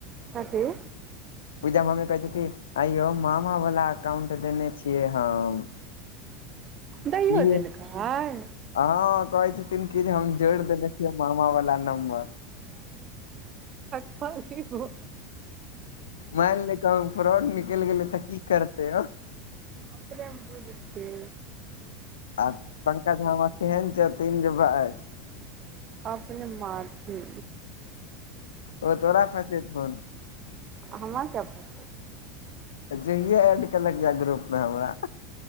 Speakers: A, on the right; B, on the left.
A: कथि?
B: पूजा मामी कहे छै। कि अयो मामा वाला एककाउंट देने छियै हम।
A: दैयो
B: ई
A: देलकैइ।
B: हँ, कहै छी। कहलखिन हम जोड़ि देने छियै मामा वाला नम्बर
A: ह <unintelligible>
B: मेन लियो फ्रॉड निकलि गेलै तऽ की करते
A: अपने बुझते।
B: आ पंकज मामा तेहन छथिन जे बस।
A: अपने मारती
B: ओ तोरा फसेथुन
A: हमर चबू।
B: तऽ जहिये एड केलक ग्रुप मे हमरा